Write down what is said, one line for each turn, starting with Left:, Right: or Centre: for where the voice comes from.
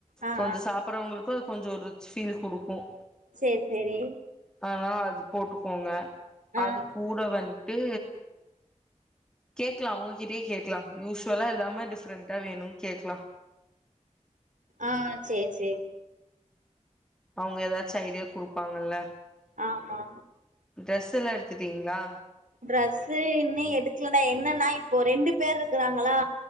Right: ஆ ஆ
Centre: கொஞ்சம் சாப்பிட்றவுங்களுக்கு அது கொஞ்சம் ஒரு ஃபீல் குடுக்கும்
Right: சேரி சேரி
Centre: அதனால அது போட்டுக்கோங்க
Right: ஆ
Centre: அது கூட வன்ட்டு கேக்கலா அவுங்ககிட்டே கேக்கலா யூஷுவலா இல்லாம டிஃப்ரெண்ட்டா வேணும்னு கேக்கலா
Right: ஆ சேரி சேரி
Centre: அவுங்க ஏதாச்சும் ஐடியா குடுப்பாங்கல்ல
Right: ஆமா
Centre: ட்ரெஸ் எல்லா எடுத்துட்டீங்களா
Right: ட்ரெஸ்ஸு இன்னும் எடுக்கலடா என்னன்னா இப்போ ரெண்டு பேர் இருக்குறாங்களா